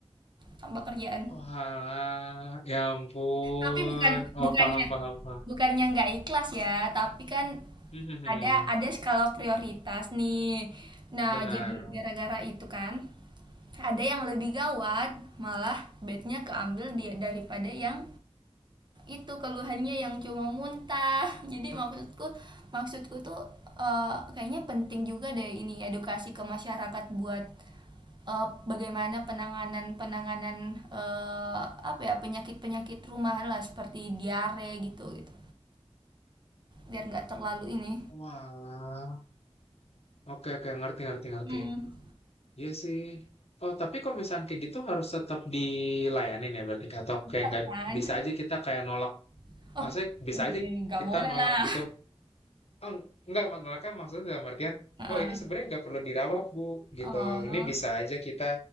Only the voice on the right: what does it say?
tambah kerjaan
Tapi bukan
bukannya
bukannya nggak ikhlas ya, tapi kan
ada ada skala prioritas nih. Nah,
jadi gara-gara itu kan ada yang lebih gawat, malah bednya keambil dia daripada yang itu keluhannya yang cuma muntah <laughs> jadi maksudku maksudku tuh eh, kayaknya penting juga deh ini edukasi ke masyarakat buat eh, bagaimana penanganan penanganan eh, apa ya penyakit penyakit rumahan lah seperti diare gitu gitu biar nggak terlalu ini
hmm,
cocok
kan
<laughs> oh
oh,
ini nggak
boleh
lah
<laughs> Heeh.
oh